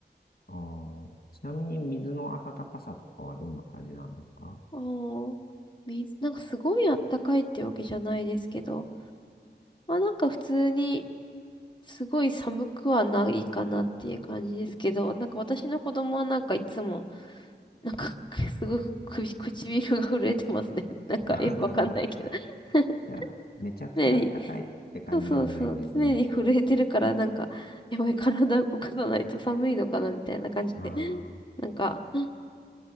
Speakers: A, on the left (about 55°); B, on the left (about 25°).
A: ああ、ちなみに水の温かさとかはどんな感じなんですか
B: おー、水、なんかすごいあったかいってわけじゃないですけど、まあなんか普通にすごい寒くはないかなっていう感じですけど、なんか私の子供はなんかいつも、なんか <laughs> すごく首唇が震えてますね。<laughs> なんかよくわかんないけど。
A: <laughs> じ
B: <laughs>
A: ゃあ、めちゃくちゃ暖かいって感じではないんですね。
B: 常に、そうそうそう、常に震えてるから、なんか、やばい、体を動かさないと寒いのかなみたいな感じで、
A: あ
B: なんか、